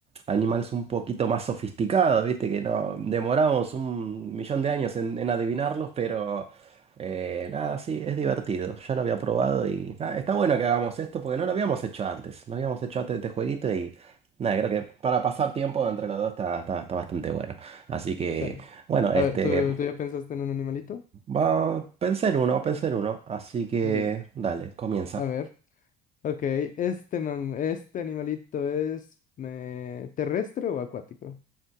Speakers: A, on the right; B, on the left.
A: animales un poquito más sofisticados, viste, que no demoramos un millón de años en, en adivinarlos, pero eh, nada, sí, es divertido. Ya lo había probado y nada, está bueno que hagamos esto porque no lo habíamos hecho antes. No habíamos hecho antes este jueguito y nada, creo que para pasar tiempo entre los dos está, está, está bastante bueno. Así que,
B: Dale.
A: bueno, este.
B: A ver, ¿tú, tú ya pensaste en un animalito?
A: Va, pensé en uno, pensé en uno, así que
B: Ya,
A: dale, comienza.
B: a ver. Ok, este, mam- este animalito es eh, terrestre o acuático?